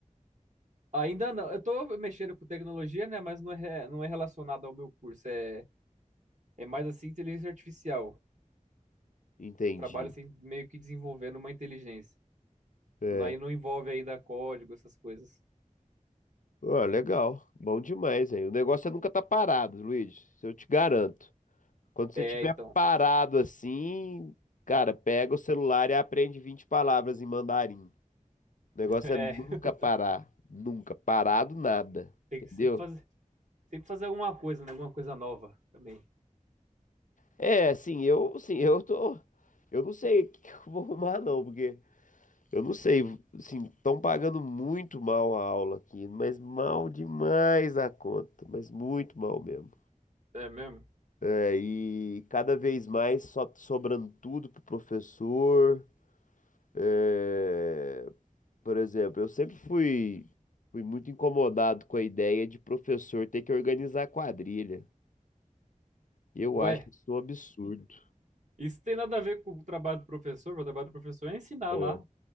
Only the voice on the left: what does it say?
Entendi.
É,
ó, legal. Bom demais, aí. O negócio é nunca tá parado, Luiz. Isso eu te garanto. Quando você
tiver
parado assim, cara, pega o celular e aprende 20 palavras em mandarim. O negócio
é nunca
parar. Nunca. Parado nada.
Entendeu?
É, assim, eu, assim, eu tô, eu não sei o que que eu vou arrumar não, porque eu não sei, assim, estão pagando muito mal a aula aqui, mas mal demais a conta, mas muito mal mesmo.
É, e cada vez mais só sobrando tudo pro professor. É, por exemplo, eu sempre fui, fui muito incomodado com a ideia de professor ter que organizar quadrilha. Eu
acho isso um absurdo.
É,